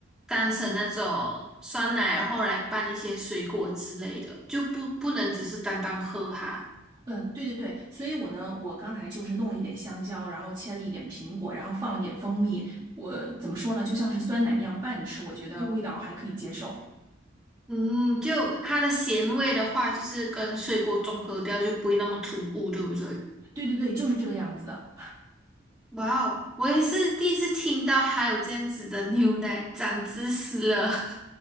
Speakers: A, in the centre; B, on the right.
A: 当成那种酸奶，然后来拌一些水果之类的，就不不能只是单单喝它。
B: 嗯，对对对，所以我呢，我刚才就是弄了一点香蕉，然后切了一点苹果，然后放了点蜂蜜，我怎么说呢，就像是酸奶那样拌吃，我觉得味道还可以接受。
A: 嗯，嗯，就它的咸味的话，就是跟水果中和掉，就不会那么突兀，对不对？
B: 对对对，就是这个样子的。
A: 哇哦，我也是第一次听到还有这样子的牛奶长知识了。<laughs>